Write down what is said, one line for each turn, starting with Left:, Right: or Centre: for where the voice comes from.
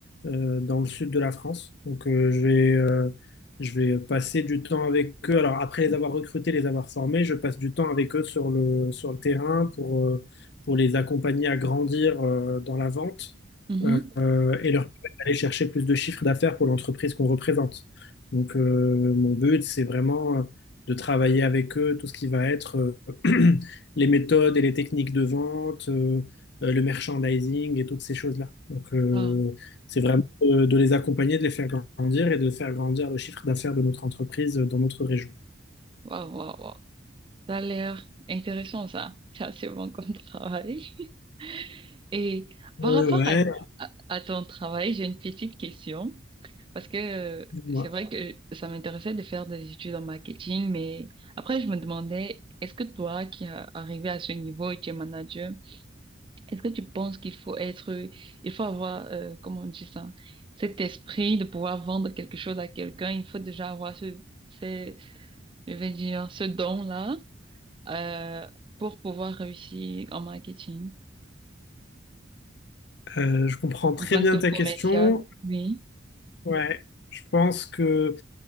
Left: euh, dans le sud de la France. Donc, euh, je vais, euh, je vais passer du temps avec eux. Alors, après les avoir recrutés, les avoir formés, je passe du temps avec eux sur le, sur le terrain pour, euh, pour les accompagner à grandir euh, dans la vente
Right: Mhm.
Left: euh, euh, et leur permettre d'aller chercher plus de chiffres d'affaires pour l'entreprise qu'on représente. Donc, euh, mon but, c'est vraiment euh, de travailler avec eux tout ce qui va être euh, <clears throat> les méthodes et les techniques de vente, euh, euh, le merchandising et toutes ces choses-là. Donc, euh,
Right: Waouh,
Left: c'est vraiment de, de les accompagner, de les faire grandir et de faire grandir le chiffre d'affaires de notre entreprise euh, dans notre région.
Right: waouh, waouh, waouh. Ça a l'air intéressant, ça. C'est assez bon comme travail. <laughs> Et
Left: Ouais,
Right: par rapport
Left: ouais,
Right: à, à- à ton travail, j'ai une petite question. Parce que euh,
Left: ouais.
Right: c'est vrai que ça m'intéressait de faire des études en marketing, mais après je me demandais, est-ce que toi qui es arrivé à ce niveau et tu es manager, est-ce que tu penses qu'il faut être, il faut avoir, euh, comment on dit ça, cet esprit de pouvoir vendre quelque chose à quelqu'un, il faut déjà avoir ce, ce- je vais dire, ce don-là euh, pour pouvoir réussir en marketing,
Left: Euh, je comprends
Right: en
Left: très
Right: tant
Left: bien
Right: que commercial,
Left: ta question.
Right: oui,
Left: Ouais, je pense que